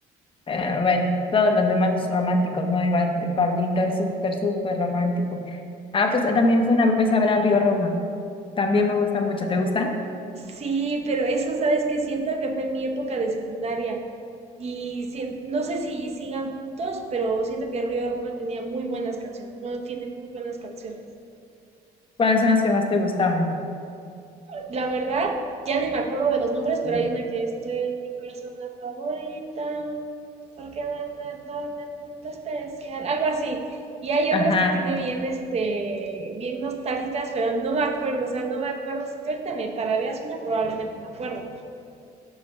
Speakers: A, on the left; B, on the right.
A: eh, bueno, todos los demás románticos, ¿no? Igual el Pablito es súper, súper romántico. Ah, pues también fue una vez a ver a Río Roma. También me gusta mucho. ¿Te gusta?
B: Sí, pero eso, ¿sabes que Siento que fue mi época de secundaria. Y sien- no sé si sigan juntos, pero siento que Río Roma tenía muy buenas canciones. Bueno, tiene muy buenas canciones.
A: ¿Cuáles son las que más te gustaban?
B: la verdad, ya ni me acuerdo de los nombres, pero hay una que esto es mi persona favorita, porque no hay nada en el mundo especial, algo así. Y hay
A: Ajá.
B: otras que tiene bien, este, bien nostálgicas, pero no me acuerdo, o sea, no me acuerdo. Si tú ahorita me tarareas una, probablemente me acuerdo.